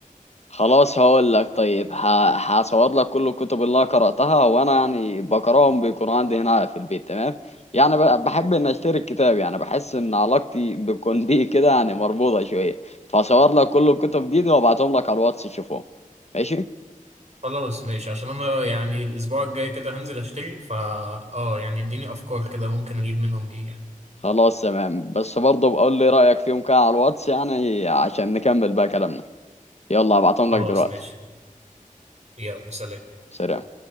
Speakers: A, on the left (about 50°); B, on the right (about 55°).
A: خلاص هقول لك طيب ه- هصور لك كل الكتب اللي انا قراتها وانا يعني بقراهم بيكون عندي هنا في البيت تمام يعني ب- بحب ان اشتري الكتاب يعني بحس ان علاقتي بتكون <laughs> بيه كده يعني مربوطه شويه فصور لك كل الكتب دي, دي وابعتهم لك على الواتس تشوفهم ماشي
B: خلاص ماشي عشان انا يعني الاسبوع الجاي كده هنزل اشتري فا اه يعني اديني افكار كده ممكن اجيب منهم ايه يعني
A: خلاص تمام بس برضه بقول لي رايك فيهم كده على الواتس يعني عشان نكمل بقى كلامنا يلا ابعتهم
B: خلاص
A: لك دلوقتي
B: ماشي يلا سلام
A: سلام